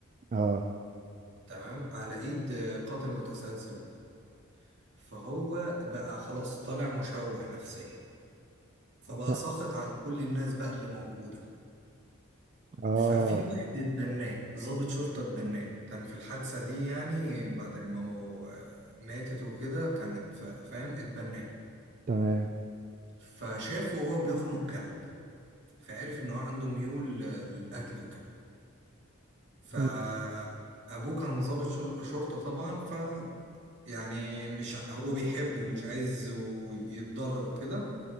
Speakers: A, on the right; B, on the right.
A: اه
B: تمام على ايد آه، قاتل متسلسل وكده فهو بقى خلاص طالع مشوه نفسيا فبقى
A: ت-
B: ساخط على كل الناس بقى اللي موجودة
A: اه
B: ففي واحد اتبناه ضابط شرطة اتبناه كان في الحادثة دي يعني بعد ما مو- آه، ماتت وكده كانت فا- فاهم اتبناه
A: تمام
B: فشافه وهو بيخنق كلب فعرف ان هو عنده ميول للقتل وكده فابوه
A: مم.
B: كان ضابط شر- شرطة طبعا ف يعني مش ع- هو بيحبه ومش عايز يتضر وكده